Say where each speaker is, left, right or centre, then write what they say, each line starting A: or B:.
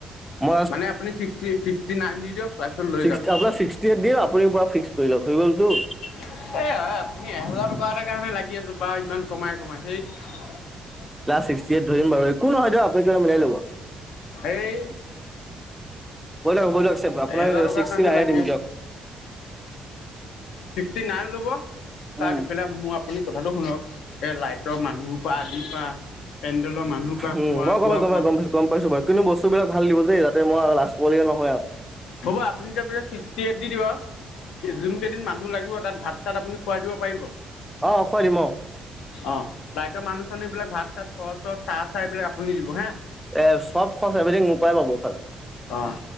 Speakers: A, in the centre; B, on the left.
A: মই
B: মানে আপুনি চিষ্টি-চিষ্টি নাইন দি দিয়ক তাৰপিছত লৈ
A: চিক্চ
B: যাওক
A: আপোনাক, চিষ্টি এইট দিম, আপুনি পোৰা ফিক্স কৰি লওঁক, হৈ গ'ল টো।
B: এ, আপুনি এহেজাৰ টকাৰ এটা কাৰণে লাগি আছে, বাৰু ইমান কমাই কমাই, ধেইত।
A: লাষ্ট, ছিক্সটি এইট ধৰিম বাৰু, একো নহয় দিয়ক, আপুনি কিবা এটা মিলাই ল'ব।
B: এই।
A: বলক বলক <unintelligible> লক, আপোনাক
B: এহেজাৰ টকাৰ
A: চিক্সটি
B: কাৰণে
A: নাইনে
B: লাগি
A: দিম দিয়ক।
B: চিষ্টি নাইন লব, চাক'
A: উম
B: ইফালে মোৰ, আপুনি কথাটো শুনক, এ লাইত ৰ, মানুহৰ পৰা আদি পা, পেণ্ডেলৰ মানুহৰ পৰা,
A: উম
B: খোৱা
A: মই
B: বোৱা
A: গম গম
B: পৰা
A: গম পাইছো গম পাইছো বাৰু কিন্তু, বস্তুবিলাক ভাল দিব দেই, যাতে মই লাজ পাৱলগীয়া নহয় আৰু।
B: হ'ব আপুনি যে, তাৰপে ছিষ্টিএইটি দি দিব। যোন কেইদিন মানুহ লাগিব, তাত ভাত চাত আপুনি খুৱাই দিব পাৰিব?
A: অ খুৱাই দিম অ
B: অ', লাইটৰ মানুহ চানুহ এইবিলাক ভাত চাত, খৰচ চৰচ, চাহ তাহ, এইবিলাক আপুনি দিব হা।
A: এ চব খৰচ এভ্ৰিথিং মোৰ পৰাই পাব খালি
B: অহ।